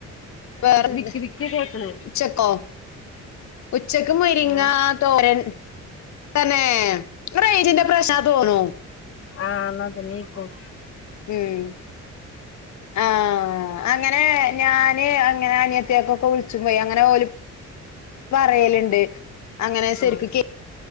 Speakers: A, on the left; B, on the left.
A: വേറെന്താ
B: വിക്കി വിക്കി കേക്കണ്
A: ഉച്ചക്കോ ഉച്ചക്ക് മുരിങ്ങ
B: ഏഹ്
A: തോരൻ തന്നെ റൈഞ്ചിന്റെ പ്രശ്നാന്ന് തോന്നുന്നു
B: ആഹ് ഇഞ്ഞഅതന്നേക്കും
A: ഉം ആഹ് അങ്ങനെ ഞാന് അങ്ങനെ അനിയത്തിയാകൊക്കെ വിളിച്ചുമ്പെ അങ്ങനെ ഓല് പറയല്ണ്ട് അങ്ങനെ സെരിക്ക്
B: ആഹ്
A: കേ